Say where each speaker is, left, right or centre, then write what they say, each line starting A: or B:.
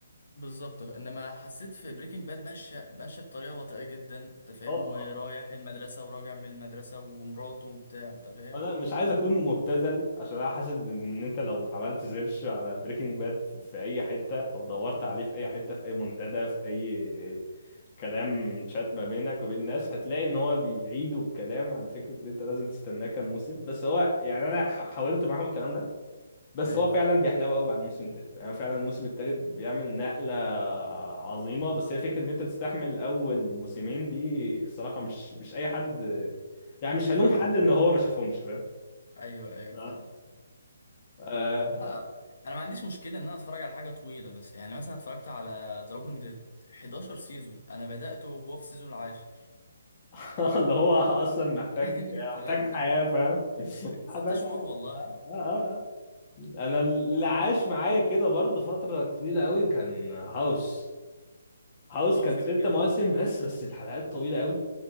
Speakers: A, on the left (about 55°); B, on the left (about 30°).
A: بالظبط انما حسيت في بريكنج باد ماشيه ماشيه بطريقه بطيئه جدا انت فاهم
B: أه، أه،
A: ورايح المدرسه وراجع من المدرسه ومراته وبتاع انت فاهم
B: انا مش عايز اكون مبتذل عشان انا حاسس ان انت لو عملت سيرش على بريكنج باد في في اي حته او دورت عليه في اي حته في اي منتدى في اي كلام تشات ما بينك وبين الناس هتلاقي ان هو بيعيدوا الكلام على فكره ان انت لازم تستناه كام موسم بس هو يعني انا ح- حاولت معاهم الكلام ده بس
A: ايوه
B: هو فعلا بيحلو قوي بعد الموسم الثالث يعني فعلا الموسم الثالث بيعمل نقله عظيمه بس هي فكره ان انت تستحمل اول موسمين دي الصراحه مش مش اي حد يعني مش هلوم
A: فاهمك
B: حد ان
A: أم
B: هو ما شافهمش فاهم
A: ايوه ايوه
B: آه.
A: فاهمك
B: آه،
A: لا انا ما عنديش مشكله ان انا اتفرج على حاجه طويله بس يعني مثلا اتفرجت على ذا ووكينج ديد 11 سيزون انا بدأته وهو في السيزون العاشر
B: <laughs> اللي هو اصلا محتاج
A: <laughs> تمام
B: محتاج حياه فاهم
A: <laughs>
B: <laughs> محتاج
A: ست شهور
B: حياه
A: والله
B: آه آه آه. انا اللي عاش معايا كده برضه فتره طويله قوي كان هاوس هاوس
A: هاوس
B: كان
A: جميل
B: ست
A: جدا
B: مواسم بس بس الحلقات طويله قوي